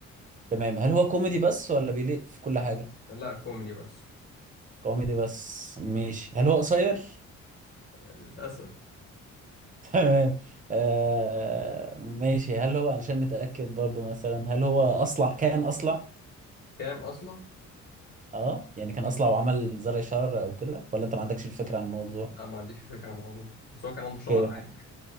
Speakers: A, on the right (about 25°); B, on the left (about 30°).
A: تمام هل هو كوميدي بس ولا بيليق في كل حاجة؟
B: لا كوميدي بس
A: كوميدي بس ماشي هل هو قصير؟
B: للاسف
A: <laughs> تمام آه ماشي هل هو علشان نتأكد برضو مثلا هل هو أصلع كان أصلع؟
B: كان اصلا
A: اه يعني كان اصلع وعمل زرع شعر او كده ولا انت ما عندكش الفكره عن الموضوع
B: لا ما عنديش فكره عن الموضوع بس هو كان عنده شعر
A: اوكي
B: عادي